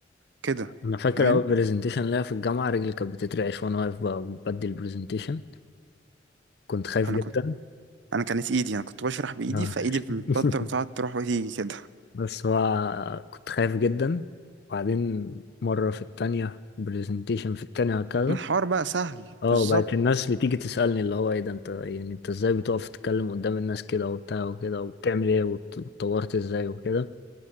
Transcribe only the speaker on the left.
انا فاكر
اول برزنتيشن ليا في الجامعة رجلي كانت بتترعش وانا واقف ب- بدي البرزنتيشن كنت خايف
جدا
اه
<laughs>
بس هو كنت خايف جدا وبعدين مرة في التانية برزنتيشن في التانية هكذا
اه
بقت الناس بتيجي تسألني اللي هو ايه ده انت يعني انت ازاي بتقف تتكلم قدام الناس كده وبتاع وكده وبتعمل ايه وات- واتطورت ازاي وكده